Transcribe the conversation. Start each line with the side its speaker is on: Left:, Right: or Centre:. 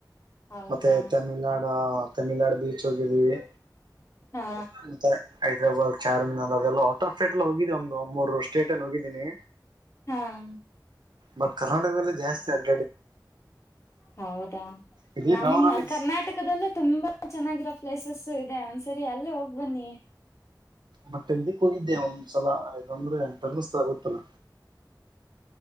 Left: ಹೌದಾ
Right: ಮತ್ತೆ ತಮಿಳ್ನಾಡು ಹ ತಮಿಳ್ನಾಡು ಬೀಚ್ ಹೋಗಿದ್ದವಿ
Left: ಹಾ
Right: ಮತ್ತೆ ಹೈದರಾಬಾದ್ ಚಾರ್ನ್ನ ಅದೆಲ್ಲಟ್ ಆಫ್ ಸ್ಟೇಟ್ ಎಲ್ಲ ಹೋಗಿದ್ದಿ ಒಂದು ಮೂರು ಸ್ಟೇಟ್ಲ್ಲಿ ಹೋಗಿದ್ದೀನಿ
Left: ಹಾ
Right: ಬಟ್ ಕರ್ನಾಟಕದಲ್ಲ ಜಾಸ್ತಿ ಆಗ್
Left: ಹೌದಾ
Right: ಇದೇ
Left: ನಮ್ಮ
Right: ಬೆಂಗಳೂರಲ್ಲಿ
Left: ಕರ್ನಾಟಕದಲ್ಲೂ ತುಂಬಾ ಚೆನ್ನಾಗಿರೋ ಪ್ಲೇಸಸ್ ಇದೆ ಒಂದ್ಸರಿ ಅಲ್ಲೇ ಹೋಗ್ ಬನ್ನಿ
Right: ಬಟ್ ಇದಕ್ಕೂ ಇದ್ದೆ ಒಂದ್ಸಲ ರ್ರ ಧರ್ಮಸ್ಥಳ ಗತ್ತನ